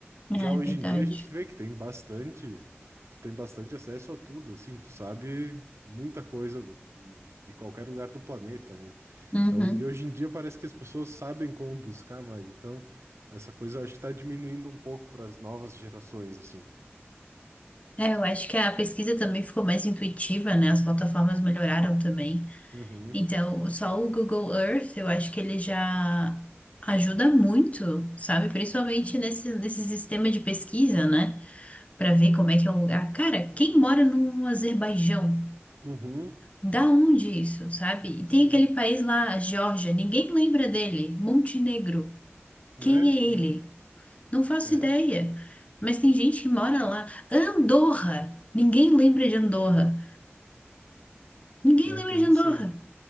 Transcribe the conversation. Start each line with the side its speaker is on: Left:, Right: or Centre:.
Right: Já
Left: É
Right: hoje
Left: verdade.
Right: em dia a gente vê que tem bastante, tu tem bastante acesso a tudo, assim, tu sabe muita coisa hum, de qualquer lugar do planeta, né?
Left: Uhum.
Right: Então, e hoje em dia parece que as pessoas sabem como buscar mais. Então, essa coisa eu acho que está diminuindo um pouco para as novas gerações, assim.
Left: É, eu acho que a pesquisa também ficou mais intuitiva, né? As plataformas melhoraram também.
Right: Uhum,
Left: Então, só o Google Earth, eu acho que ele já ajuda muito, sabe? Principalmente nesse, nesse sistema de pesquisa, né? Para ver como é que é o lugar. Cara, quem mora no Azerbaijão?
Right: uhum,
Left: Da onde isso, sabe? E
Right: sim,
Left: tem aquele país lá, a Geórgia, ninguém lembra dele. Montenegro. Quem
Right: né?
Left: é ele?
Right: né,
Left: Não faço
Right: É,
Left: ideia. Mas tem gente que mora lá. Andorra. Ninguém lembra de Andorra. Ninguém
Right: é
Left: lembra
Right: bem
Left: de
Right: assim.
Left: Andorra.